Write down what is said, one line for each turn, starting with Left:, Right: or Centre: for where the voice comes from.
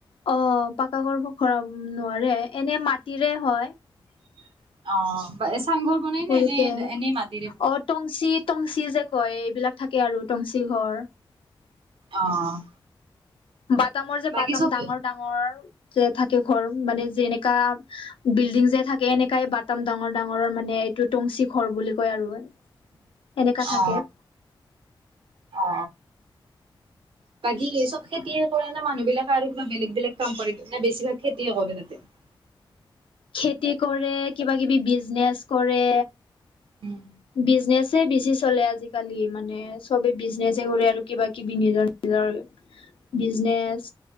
Left: অ, পাকাকৰবোৰ ঘৰাব নোৱাৰে এনে মাটিৰে হয়।
Right: অ', <inaudible> বনাই
Left: সৰুকে
Right: নে-নে এনে মা <inaudible>
Left: অ, টংচি-টংচি যে কয় এইবিলাক থাকে আৰু টংচি ঘৰ।
Right: অ',
Left: বাটামৰ যে
Right: বাকী
Left: বাটাম
Right: চব
Left: ডাঙৰ - ডাঙৰ যে থাকে ঘৰ মানে যেনেকা বিল্ডিং যে থাকে এনেকাই বাটাম ডাঙৰ- ডাঙৰ মানে এইটো টংচি ঘৰ বুলি কয় আৰু সেনেকা থাকে।
Right: অ অ
Left: <inaudible>
Right: বাকী এ চব খেতিয়ে কৰে না মানুহবিলাকে আৰু কিবা বেলেগ-বেলেগ কাম কৰে না বেছিভাগ খেতিয়ে কৰে তাতে? <inaudible> <inaudible> <inaudible>
Left: খেতি কৰে কিবা কিবি বিজনেচ কৰে।
Right: উম
Left: বিজনেছে বেছি চলে আজিকালি মানে চবে বিজনেছে কৰে আৰু কিবা কিবি নিজৰ ৰৰ বিজনেছ